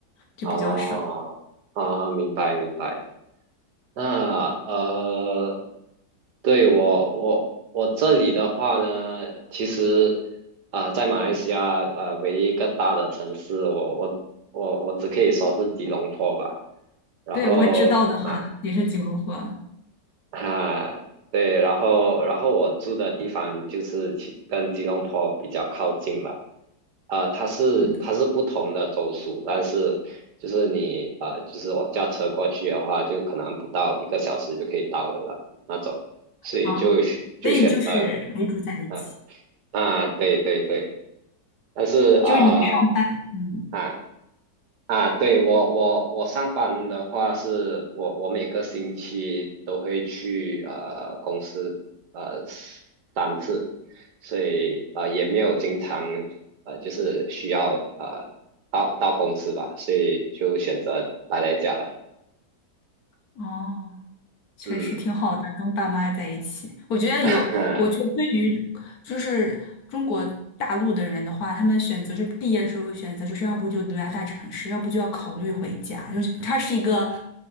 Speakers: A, on the left (about 60°); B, on the right (about 65°).
A: 就比较少。
B: 哦，啊，明白明白。那呃，对我我我这里的话呢，其实啊、在马来西亚呃，唯一一个大的城市，我我我我只可以说是吉隆坡吧。然后，
A: 对，我知道的话也是九龙坡，
B: 呃啊，对，然后然后我住的地方就是其跟吉隆坡比较靠近了，啊、它是它是不同的州属，
A: 真的
B: 但是就是你啊、呃就是我驾车过去的话，就可能不到一个小时就可以到了那那种，所以就选就选呃，
A: 啊，所以就是可以住在一起。
B: 啊啊，对对对。但是啊
A: 就是你们上，嗯，
B: 啊啊，对我我我上班的话是，我我每个星期都会去呃公司呃三次，所以呃也没有经常呃就是需要呃到到公司吧，所以就选择待在家了。
A: 哦，确实挺好的，
B: 嗯，
A: 跟爸妈在一起。我觉得有，
B: <laughs> 啊
A: 我觉得对于就是中国大陆的人的话，他们选择是毕业时候选择，就是要不就留在大城市，要不就要考虑回家，就是它是一个